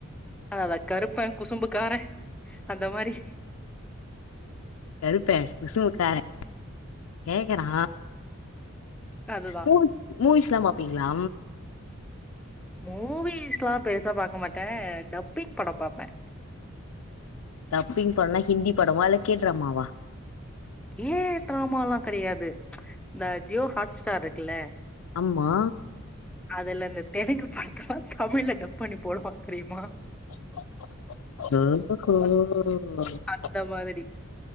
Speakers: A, in the centre; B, on the left.
A: அத அதா கருப்ப குசும்பு காரே அந்த மாரி
B: கருப்பே குசும்புக்காரே கேக்கறா
A: அதுதா
B: மூ மூவிஸ்லா பாப்பீங்களா
A: மூவிஸ்லா பெருசா பாக்க மாட்டே டப்பிங் படோ பாப்பே
B: டப்பிங் படம்னா ஹிந்தி படமா இல்ல கே ட்ராமாவா
A: ஏ ட்டிராமல்லா கெடையாது இந்த ஜியோ ஹாட்ஸ்டார் இருக்குல்ல
B: ஆம்மா
A: அதுல இந்த தெலுங்கு படத்தல்லா தமிழ்ல டப் பண்ணி போடுவா தெரியுமா
B: ஓஹோ
A: அந்த மாதிரி